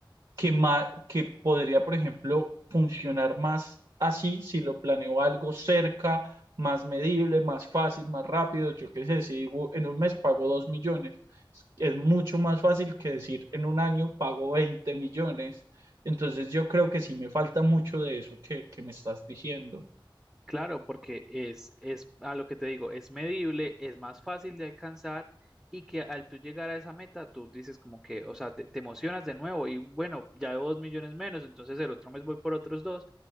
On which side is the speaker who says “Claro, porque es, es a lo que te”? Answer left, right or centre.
Centre